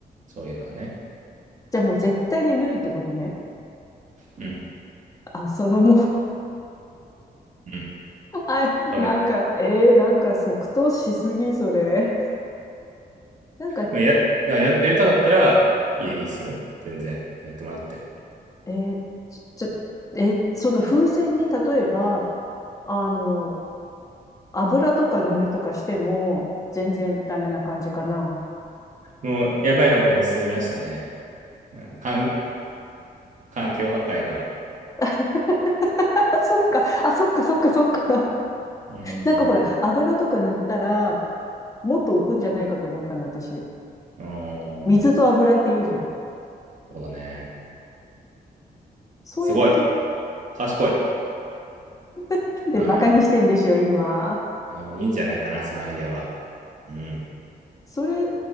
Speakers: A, on the right (about 50°); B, on the left (about 20°).
A: そういうのはね。
B: じゃあもう絶対に無理ってことね。
A: うん。
B: あ、そのもう
A: うん。
B: <laughs> あ、
A: そういう
B: なんか、えー、なんか即答しすぎ、それ。<laughs> なんか、
A: まあやややりたかったらいい、いいっすよ。全然。やってもらって。
B: えー、ちょ、えーその風船に例えば、あの、油とか塗るとかしても、全然ダメな感じかな。
A: もう、やばい方向に進みましたね。うん、環環境破壊が。
B: <laughs> あ、そっか、あ、そっか、そっか、そっか。
A: うーん。
B: <laughs> なんかほら、油とか塗ったら、もっと浮くんじゃないかと思ったの、私。
A: うーん。
B: 水と油って言うじゃん。
A: そうだね。
B: そうやって、
A: すごい。賢い。
B: <laughs> で、
A: うん。
B: バカにしてんでしょ、今。
A: うん、いいんじゃないかな、そのアイデアは。うん。
B: それ、